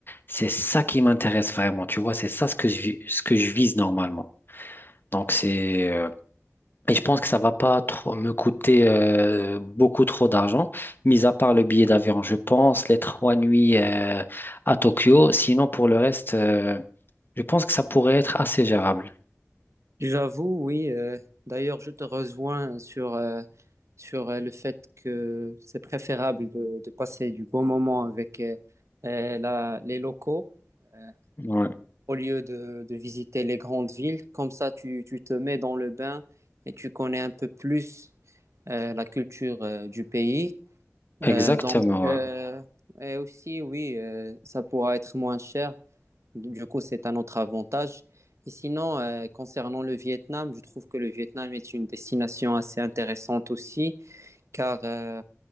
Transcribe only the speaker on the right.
J'avoue, oui. euh, d'ailleurs, je te rejoins sur, euh, sur euh, le fait que c'est préférable de, de passer du bon moment avec euh, euh, la- les locaux euh,
au lieu de, de visiter les grandes villes. Comme ça, tu, tu te mets dans le bain et tu connais un peu plus euh, la culture euh, du pays.
Euh, donc, euh, et aussi, oui, euh, ça pourra être moins cher. Du coup, c'est un autre avantage. Et sinon, euh, concernant le Vietnam, je trouve que le Vietnam est une destination assez intéressante aussi, car euh,